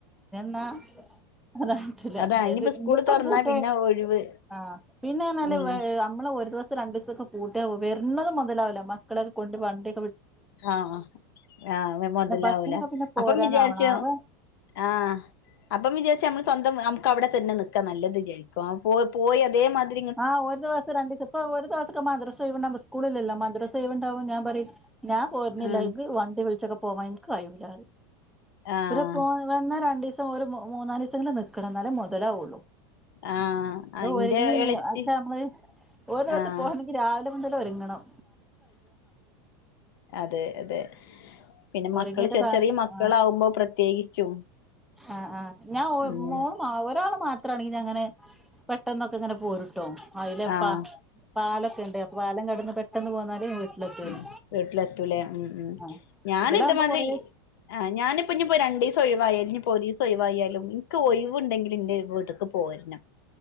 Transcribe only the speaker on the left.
അതാ ഇനിയിപ്പോ
സ്കൂള്
തുറന്നാ
പിന്നെ ഒഴിവ്
ഉം
ആ ആ ആ മൊത് മുതലാവൂല
അപ്പം വിചാരിച്ച്
ആ അപ്പം വിചാരിച്ച് നമ്മള് സ്വ നമുക്ക് അവിടെതന്നെ നിക്കാ നല്ലത് വിചാരി പോ പോയി അതേ മാതി
ആഹ്
ആഹ്
ആഹ്
അയിന്റെ
എളച്ചി
ആഹ്
അതെ അതെ പിന്നെ
മക്കള് ചെറി
ചെറിയ മക്കളാവുമ്പോ
പ്രത്യേകിച്ചും
ഉം
ആഹ്
ഉം വീട്ടിലത്തുലേ ഉം ഉം
ഞാൻ
ഇതുമാതിരി
ആഹ് ഞാൻ ഇനിയിപ്പോ പോയി. <unintelligible> ഒഴിവായാലും ഇനി പോലീസ് ഒഴിവായാലും ഇനിക്ക് ഒഴിവ് ഉണ്ടെങ്കിൽ എന്റെ വീട്ടക്ക് പോരണം.